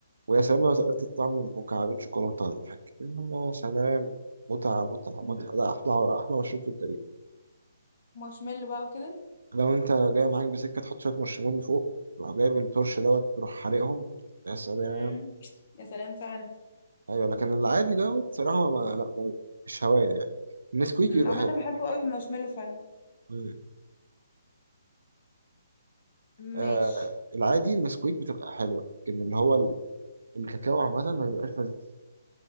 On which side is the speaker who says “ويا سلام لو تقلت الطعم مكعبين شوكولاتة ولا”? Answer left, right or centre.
Right